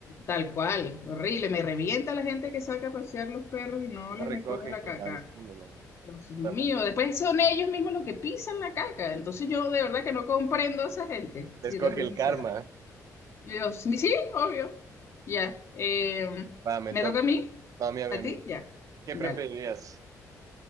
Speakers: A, on the left; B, on the right.
A: Tal cual, horrible. Me revienta la gente que saca a pasear los perros y no
B: No
A: les
B: recogen
A: recoge la
B: con
A: caca.
B: las. No, no, no,
A: Dios mío,
B: realmente.
A: después son ellos mismos los que pisan la caca. Entonces yo de verdad que no comprendo a esa gente, si
B: Les
A: te
B: coge
A: soy
B: el
A: sincera.
B: karma.
A: Y yo, sí, sí, obvio. Ya. em,
B: Va, me
A: ¿me
B: toca.
A: toca a mí?
B: No, a mí, a
A: ¿A
B: mí, a
A: ti?
B: mí.
A: Ya.
B: ¿Qué
A: Dale.
B: preferirías?